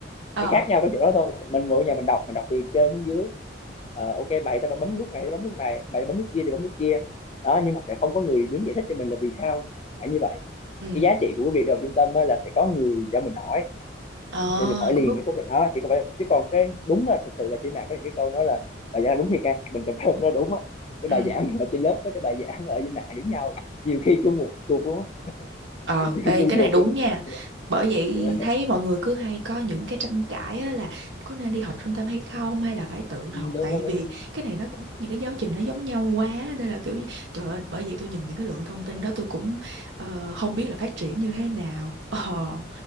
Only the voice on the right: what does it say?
ờ
ừ
ờ
cũng đúng
ừ
Ờ,
ê,
cái
này đúng
nha.
Bởi vậy
thấy mọi người cứ hay có những cái tranh cãi á, là có nên đi học trung tâm hay không hay là phải tự học
tại
vì
cái này nó cũng những cái giáo trình nó giống nhau quá nên là kiểu gì- trời ơi bởi vậy tôi nhìn những cái lượng thông tin đó tôi cũng ờ, không biết là phát triển như thế nào. <laughs> Ờ